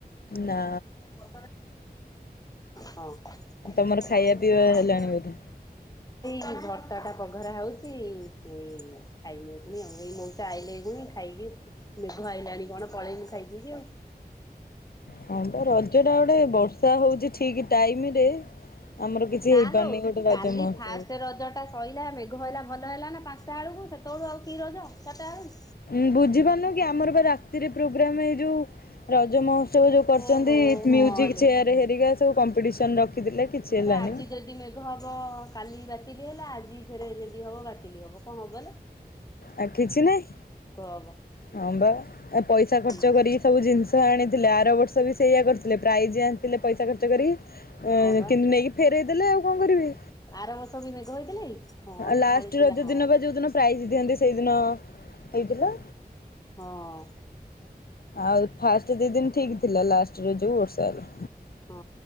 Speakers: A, on the left; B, on the left.
A: ନା
B: ହୁଁ ହଁ <inaudible> ହଁ
A: ତମର ଖାଇବା
B: ଏଇ
A: ପିଇବା ହେଲାଣି ବୋଧେ?
B: ବର୍ତ୍ତା ଟା ପଘରା ହେଉଚି ଏଇ ଖାଇବୁ ଏଇ ଖୁଣି ଆଉ ଏଇ ମଉସା ଆଇଲେ ଏଇ ଖୁଣି ଖାଇକି ମେଘ ଆଇଲାଣି କଣ ପଳେଇବୁ ଖାଇ ପି କି ଆଉ।
A: ହଁ ତ ରଜ ଟା ଗୋଟେ ବର୍ଷା ହଉଚି ଠିକ ଟାଇମ୍ ରେ ଆମର କିଛି
B: ନା
A: ହେଇପାରୁନି
B: ଲୋ
A: ଗୋଟେ ରଜ
B: କାଲି
A: ମହୋତ୍ସବ
B: ଫାଷ୍ଟ ରଜ ଶୋଇଲା ମେଘ ହେଇଲା ଭଲ ହେଲା ନା ପାଞ୍ଚଟା ବେଳକୁ ସେତେବେଳୁ ଆଉ କି ରଜ ଚାରଟା ବେଳୁ।
A: ଉଁ ବୁଝିପାରୁନୁ କି ଆମର ବା ରାତିରେ ପ୍ରୋଗ୍ରାମ ଏଇ ଯୋଉ ରଜମ ବ ଯୋଉ କରୁଛନ୍ତି
B: ଓହୋ ହଁ
A: ମ୍ୟୁଜିକ୍
B: ଲୋ
A: ଚେୟାର ହେରିକା ସବୁ କମ୍ପିଟିସନ ରଖିଥିଲେ କିଛି
B: ପରା
A: ହେଲାନି।
B: ଆଜି ଯଦି ହବ କାଲି ବାତିଲି ହେଲା ଆଜି ଫେରେ ଯଦି ହବ ବାତିଲ ହବ କଣ ହବ ହେ
A: ଆ କିଛି ନାଇଁ
B: ହବ
A: ହଁ ବା ଏ ପଇସା ଖର୍ଚ୍ଚ
B: ହୁଁ
A: କରିକି ସବୁ ଜିନିଷ ଆଣିଥିଲେ ଆର ବର୍ଷ ବି ସେଇୟଆ କରିଥିଲେ ପ୍ରାଇଜ୍ ଆଣିଥିଲେ ପଇସା ଖର୍ଚ କରି
B: ହଁ ବା
A: କିନ୍ତୁ ନେଇକି ଫେରଇ ଦେଲେ ଆଉ କଣ କରିବବେ।
B: ଆରବର୍ଷ ବି ମେଘ ହେଇଥିଲେ କି? ହଁ ଲୋ
A: ଲାଷ୍ଟ
B: ଢାଳିଥିଲା
A: ରଜ
B: ହଁ
A: ଦିନ ବା ଯୋଉ ଦିନ ପ୍ରାଇଜ ଦିଅନ୍ତି ସେଇଦିନ ହେଇଥିଲା।
B: ହଁ।
A: ଆଉ ଫାଷ୍ଟ ଦି ଦିନ ଠିକ ଥିଲା ଲାଷ୍ଟ ର ଯୋଉ ବର୍ଷା ହେଲା।
B: ହଁ